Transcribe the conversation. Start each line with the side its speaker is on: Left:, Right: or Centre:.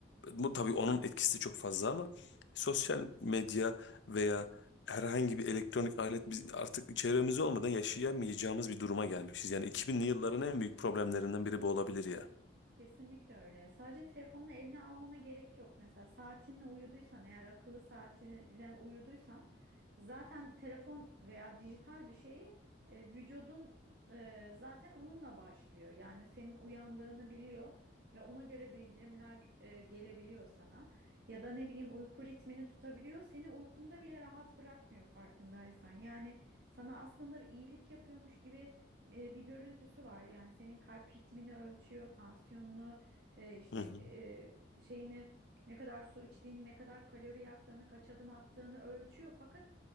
Left: bu tabii onun etkisi çok fazla ama sosyal medya veya herhangi bir elektronik alet biz artık çevremiz olmadan yaşayamayacağımız bir duruma gelmişiz yani 2000'li yılların en büyük problemlerinden biri bu olabilir ya.
Right: Kesinlikle öyle. Sadece telefonunu eline almana gerek yok. Mesela saatinle uyuduysan, eğer akıllı saatinle uyuduysan zaten telefon veya dijital bir şeyi e, vücudun e, zaten onunla başlıyor. Yani senin uyandığını biliyor ve ona göre bildirimler e, gelebiliyor sana. Ya da ne bileyim uyku ritmini tutabiliyor. Seni uykunda bile rahat bırakmıyor farkındaysan. Yani sana aslında bir iyilik yapıyormuş gibi e, bir görüntüsü var. Yani senin kalp ritmini ölçüyor, tansiyonunu, e, işte
Left: Hı hı.
Right: e, şeyini ne kadar su içtiğini, ne kadar kalori yaktığını, kaç adım attığını ölçüyor. Fakat